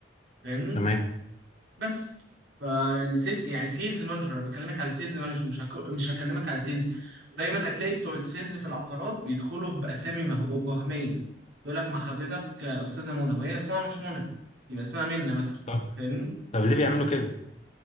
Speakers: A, on the right; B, on the left.
A: فاهمني
B: تمام
A: بس فالسيل يعني سيلز مانجر انا بكلمك على سيلز مانجر مش هك... مش هكلمك على سيلز دايما هتلاقي بتوع السيلز في العقارات بيدخلوا باسامي مه... وهميه يقول لك مع حضرتك استاذه منى وهي اسمها مش منى يبقى اسمها منى مثلا
B: طب
A: فاهمني
B: طب ليه بيعملوا كده